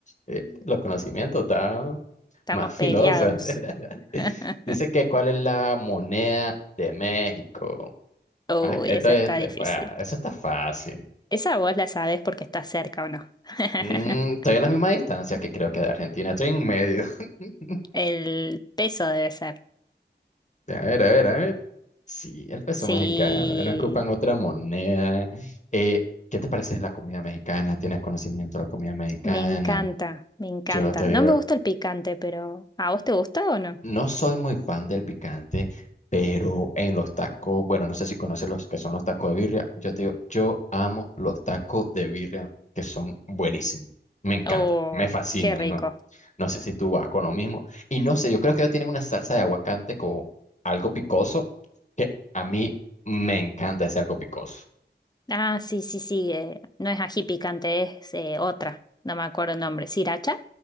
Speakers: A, on the left; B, on the left.
A: Eh, los conocimientos, está
B: estamos
A: más filoso.
B: peleados.
A: <laughs>
B: <laughs>
A: Dice que cuál es la moneda de México.
B: Uy,
A: Ah, que esto
B: esa
A: es-
B: está difícil.
A: eh, ah, eso está fácil.
B: Esa vos la sabés porque está cerca o no. <laughs>
A: Mm, estoy a la misma distancia que creo que de Argentina. Estoy en medio. <laughs>
B: El peso debe ser.
A: A ver, a ver, a ver. Sí, el peso
B: Sí,
A: mexicano. No ocupan otra moneda. Eh, ¿qué te parece la comida mexicana? ¿Tienes conocimiento de la comida mexicana?
B: me encanta, me encanta.
A: Yo te
B: No
A: digo.
B: me gusta el picante, pero ¿a vos te gusta o no?
A: No soy muy fan del picante, pero en los tacos, bueno, no sé si conoces los que son los tacos de birria. Yo te digo, yo amo los tacos de birria que son buenísimos. Me encantan,
B: Oh,
A: me fascinan,
B: qué rico.
A: ¿no? No sé si tú vas con lo mismo. Y no sé, yo creo que ellos tienen una salsa de aguacate con algo picoso, que a mí me encanta ese algo picoso.
B: Ah, sí, sí, sí. eh, no es ají picante, es eh, otra. No me acuerdo el nombre. ¿Sriracha?